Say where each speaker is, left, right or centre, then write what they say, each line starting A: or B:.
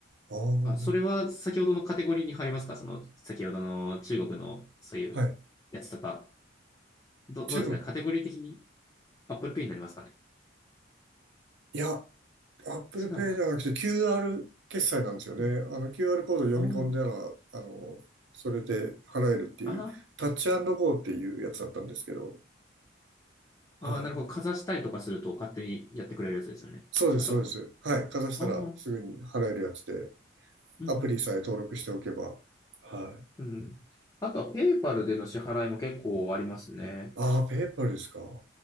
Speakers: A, on the right; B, on the left.
A: ああ、
B: あ、それは先ほどのカテゴリーに入りますかその、先ほどの中国のそういうやつとか、
A: はい。
B: ど、
A: 中国。
B: どうですかねカテゴリー的に Apple Pay になりますかね
A: いや、Apple
B: 違うのかな
A: Pay ではなくて QR 決済なんですよね。
B: うん。
A: あの QR コード読み込んだら、
B: あ
A: あの、それで払えるっていう、
B: あ、あ
A: タッチゴーっていうやつだったんですけど、はい。
B: あ、ああ、なるほど。かざしたりとかすると勝手にやってくれるやつですよね。
A: そうです、
B: 違ったかなあ
A: そうです。はい。かざしたらすぐに払えるやつで、
B: あ、うんうん。
A: アプリさえ登録しておけば。はい。
B: うん。あとはペイパルでの支払いも結構ありますね。
A: ああ、ペーパルですか。